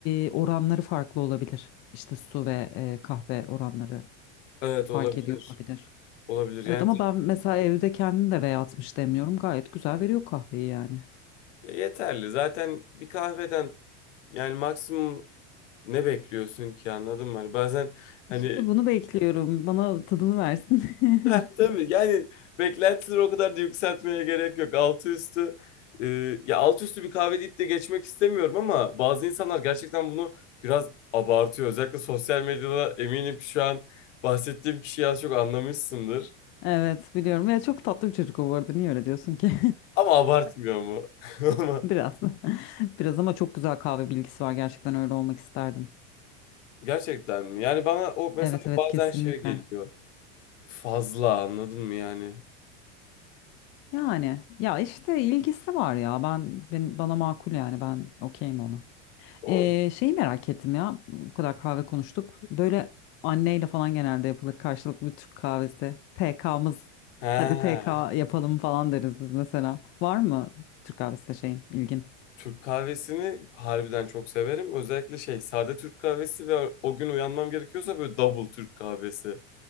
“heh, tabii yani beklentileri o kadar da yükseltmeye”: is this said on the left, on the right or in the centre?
Left